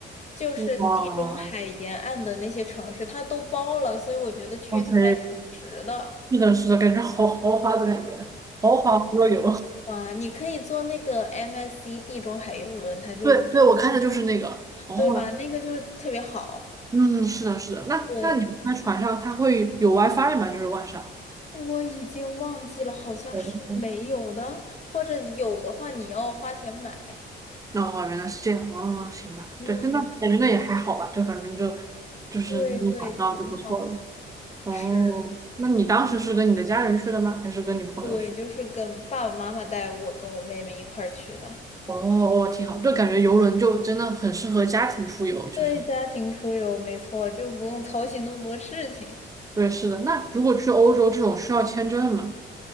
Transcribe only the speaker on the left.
就是地中海沿岸的那些城市，
它都包了，所以我觉得去一趟还挺值的。
哇，你可以坐那个 MSC 地中海游轮，它就是，
嗯
对吧？那个就是特别好。
对，
我已经忘记了，好像是没有的，
或者你有的话，你要花钱买。
嗯。
对对，挺好的。
是，
对，就是跟爸爸妈妈带我跟我妹妹一块儿去的。
对，家庭出游没错，就不用操心那么多事情。